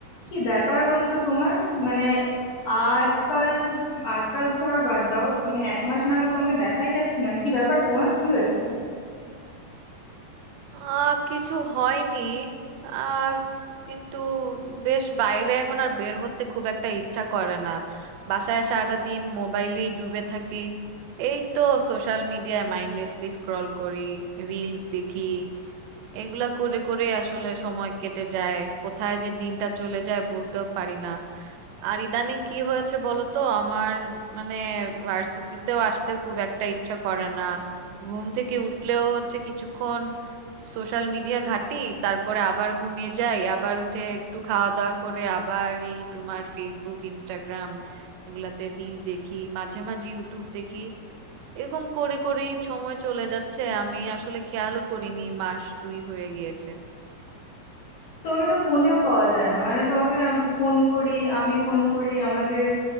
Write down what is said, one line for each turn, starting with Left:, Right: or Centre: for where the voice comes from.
Left: কি ব্যাপার বলো তো তোমার মানে আজকাল আজকাল ধরো বাদ দাও তুমি এক মাস নাগাদ তোমাকে দেখাই যাচ্ছে না কি ব্যাপার তোমার কি হয়েছে
Right: আহ কিছু হয়নি আহ কিন্তু বেশ বাইরে এখন আর বের হতে খুব একটা ইচ্ছা করে না বাসায় সারাটা দিন মোবাইলেই ডুবে থাকি এই তো সোশ্যাল মিডিয়ায় মাইন্ডলেসলি স্ক্রল করি রিলস দেখি এগুলা করে করে আসলে সময় কেটে যায় কোথায় যে দিনটা চলে যায় বলতেও পারি না আর ইদানিং কি হয়েছে বলো তো আমার মানে ভার্সিটিতেও আসতে খুব একটা ইচ্ছা করে না ঘুম থেকে উঠলেও হচ্ছে কিছুক্ষণ সোশ্যাল মিডিয়া ঘাঁটি তারপরে আবার ঘুমিয়ে যাই আবার উঠে একটু খাওয়া দাওয়া করে আবার এই তোমার ফেসবুক ইনস্টাগ্রাম এগুলাতে রিল দেখি মাঝে মাঝে ইউটিউব দেখি এরকম করে করেই সময় চলে যাচ্ছে আমি আসলে খেয়ালও করিনি মাস দুই হয়ে গিয়েছে
Left: তোমাকে তো ফোনেও পাওয়া যায় না মানে তোমাকে ফোন করি আমি ফোন করি আমাদের